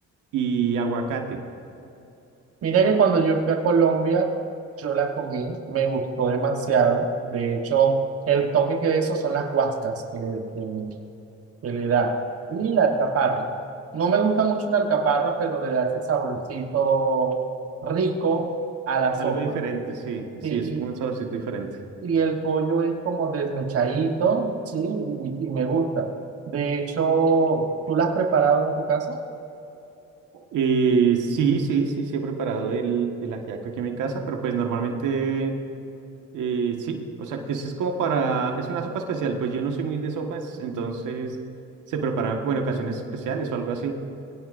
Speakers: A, on the right; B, on the right.
A: y aguacate.
B: Mira que cuando yo fui a Colombia, yo la comí, me gustó demasiado. De hecho, el toque que de eso son las guascas que le, que le- que le da. Y la alcaparra. No me gusta mucho la alcaparra, pero le da ese saborcito rico a la sopa.
A: Algo diferente, sí, sí,
B: Sí,
A: es como un saborcito diferente.
B: y, y el pollo es como desmechadito, sí, y y me gusta. De hecho, ¿tú la has preparado en tu casa?
A: Eh, sí, sí, sí, sí he preparado el, el ajiaco aquí en mi casa, pero pues normalmente eh, sí, o sea, ese es como para, es una sopa especial, pues yo no soy muy de sopas, entonces se prepara como en ocasiones especiales o algo así.